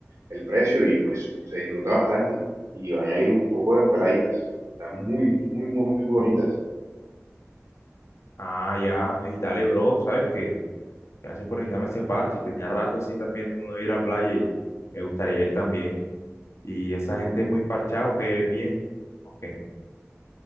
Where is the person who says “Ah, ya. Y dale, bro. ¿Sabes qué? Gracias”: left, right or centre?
Left